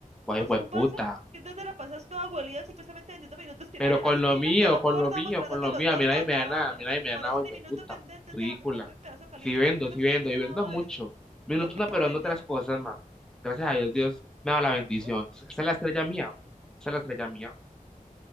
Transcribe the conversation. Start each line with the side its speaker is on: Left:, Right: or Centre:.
Centre: Guay,
Right: Pues tú pasa
Centre: puta.
Right: que entonces la pasas toda abuelita, supuestamente vendiendo minutos tirada
Centre: Pero
Right: en esa
Centre: con
Right: esquina,
Centre: lo mío,
Right: toda
Centre: con
Right: gorda,
Centre: lo mío,
Right: mostrándote
Centre: con lo
Right: a los
Centre: mío,
Right: gordos.
Centre: a mí nadie me
Right: No,
Centre: da nada,
Right: a mí
Centre: a mí
Right: no.
Centre: nadie me da
Right: Por
Centre: nada,
Right: eso
Centre: hijo
Right: ni
Centre: de
Right: minutos
Centre: puta.
Right: pendientes,
Centre: Ridícula.
Right: déjame, déjame un pedazo caliente,
Centre: Si vendo,
Right: que es que yo
Centre: si
Right: no te
Centre: vendo,
Right: estoy diciendo
Centre: y vendo
Right: nada, más,
Centre: mucho.
Right: yo,
Centre: Minutos
Right: yo aquí
Centre: no,
Right: puedo
Centre: pero
Right: vender.
Centre: en otras cosas, mami. Gracias a Dios, Dios
Right: ¿Qué?
Centre: me da la bendición.
Right: ¿Qué?
Centre: Esa es la estrella mía. Esa es la estrella mía.